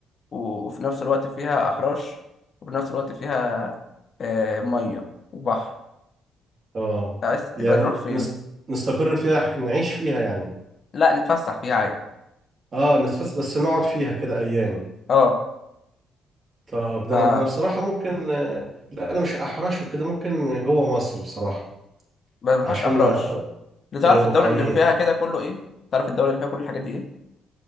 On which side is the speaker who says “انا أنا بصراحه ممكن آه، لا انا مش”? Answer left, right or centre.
Right